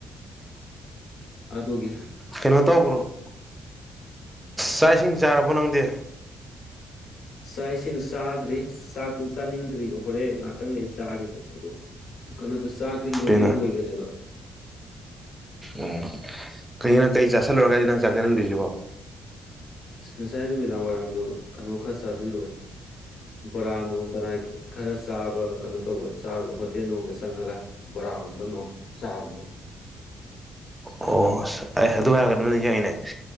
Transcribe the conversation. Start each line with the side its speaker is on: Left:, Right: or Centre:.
Left: ꯑꯗꯨꯒꯤ
Centre: ꯀꯩꯅꯣ ꯇꯧꯕ꯭ꯔꯣ ꯆꯥꯛ ꯏꯁꯤꯡ ꯆꯥꯔꯕꯣ ꯅꯪꯗꯤ
Left: ꯆꯥꯛ ꯏꯁꯤꯡ ꯆꯥꯗ꯭ꯔꯤ ꯆꯥꯛꯇꯨ ꯆꯥꯅꯤꯡꯗ꯭ꯔꯤꯕ ꯍꯣꯔꯦꯟ ꯉꯍꯥꯛꯇꯪ ꯂꯩ ꯆꯥꯒꯦ ꯇꯧꯕꯗ ꯀꯩꯅꯣ ꯑ ꯆꯥꯛꯇꯤ ꯂꯣꯏꯗꯤ
Centre: ꯀꯩꯅꯣ
Left: ꯂꯣꯏꯒꯔꯦꯕ
Centre: ꯑꯣ ꯀꯅꯣ ꯀꯩ ꯆꯥꯁꯤꯜꯂꯨꯔꯒ ꯍꯥꯏꯗꯤ ꯅꯪ ꯆꯥꯛ ꯆꯥꯅꯤꯡꯗ꯭ꯔꯤꯁꯤꯕꯣ
Left: ꯉꯁꯥꯏ ꯅꯨꯃꯤꯗꯥꯡ ꯋꯥꯏꯔꯝꯗ ꯀꯩꯅꯣ ꯈꯔ ꯆꯥꯁꯤꯜꯂꯨꯔꯦ ꯕꯣꯔꯥꯅꯣ ꯀꯅꯥ ꯈꯔ ꯆꯥꯕ ꯀꯩꯅꯣ ꯇꯧꯕ ꯆꯥꯕ ꯍꯣꯇꯦꯜ ꯅꯨꯡꯗ ꯆꯪꯉꯒ ꯕꯣꯔꯥꯒꯨꯝꯕꯅꯣ ꯆꯥꯒꯨꯝꯕ
Centre: ꯑꯣꯁ ꯑꯩ ꯑꯗꯨ ꯍꯥꯏꯔꯒ ꯑꯗꯨꯝꯅ ꯅꯤꯡꯁꯤꯡꯉꯤꯅꯦ